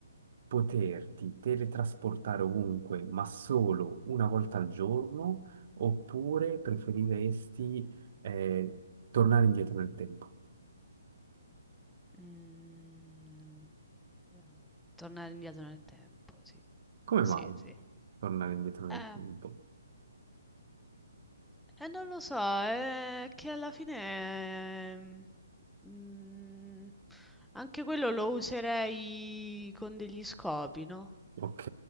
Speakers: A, on the right; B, in the centre.
A: poterti teletrasportare ovunque, ma solo una volta al giorno, oppure preferiresti, eh, tornare indietro nel tempo?
B: Mhmm, vediamo. Tornare indietro nel tempo, sì.
A: Come
B: Sì,
A: mai
B: sì.
A: tornare indietro nel
B: Eh.
A: tempo?
B: Eh, non lo so, è che alla fine ehm, mm, anche quello lo userei con degli scopi, no?
A: Ok,